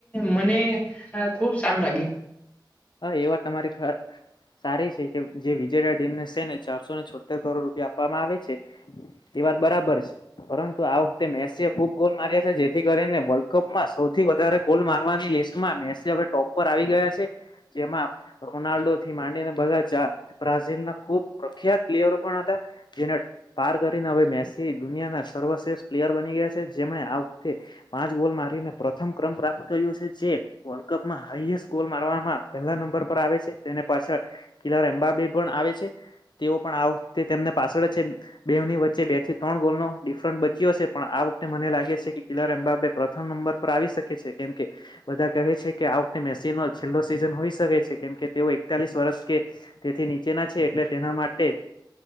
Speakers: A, on the left; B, on the left.
A: મને અ ખુબ સારું લાગ્યું
B: હા, એ વાત તમારી ખરિ જે વિજયડા ડેમને સેને ચારસો ને છોતેર કરોડ રૂપિયા આપવામાં આવે છે તે વાત બરાબર પરંતુ આ વખતે મેસી ખુબ ગોલ માર્યા છે જેથી કરીને વર્લ્ડ કપમાં સૌ થી વઘારે ગોલ મારવાની લિસ્ટમાં મેસી હવે ટોપ પર આવી ગયા છે જેમાં રોનાલ્ડો થી માંડીને બધાચા બ્રાઝિલ ના ખુબ પ્રખ્યાત પ્લેયરો પણ હતા જેને પાર કરીને હવે મેસી દુનિયા ના સર્વશ્રેષઠ પ્લેયર બની ગયા છે જેમણે આખતે પાંચ બોલ મારીને પ્રથમ ક્રમ પ્રાપ્ત કર્યો છે જે વર્લ્ડ કપમાં હાઈએસ્ટ ગોલ મારવામાં પહેલા નંબર પર આવે છે તેને પાછળ કિલાર અમબાબે પણ આવે છે તેઓ પણ તેમને પાછળ છે બેવુની વચ્ચે બેથી ત્રણ ગોલનો ડિફરન્ટ બચ્યો છે પણ આ વખતે મને લાગે છે કે કિલર એમબબે પ્રથમ નંબર ઉપર આવી શકે છે કેમ કે બધા કહે છે કે આખતે મેસીનો છેલ્લો સિઝન હોઈ શકે છે કેમ કે તેઓ એકતાલીસ વર્ષ કે તેથી નીચેના છે એટલે તેના માટે